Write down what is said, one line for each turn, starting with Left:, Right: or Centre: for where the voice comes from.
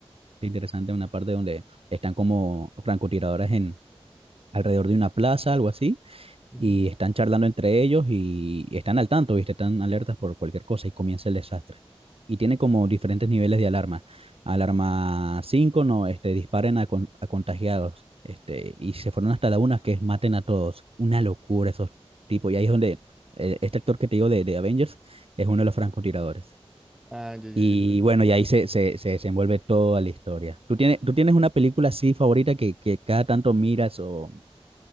Right: es interesante una parte donde están como francotiradores en alrededor de una plaza, algo así
Centre: Ujú.
Right: y están charlando entre ellos y están al tanto, ¿viste? Están alertas por cualquier cosa y comienza el desastre. Y tiene como diferentes niveles de alarma. Alarma 5 no, este, disparen a, con- a contagiados. Este, y se fueron hasta la una que es maten a todos. Una locura esos tipos. Y ahí es donde eh, este actor que te digo de, de Avengers es uno de los francotiradores.
Centre: Ah, ya, ya,
Right: Y
Centre: ya.
Right: bueno, y ahí se, se, se desenvuelve toda la historia. ¿Tú tienes, tú tienes una película así favorita que, que cada tanto miras o,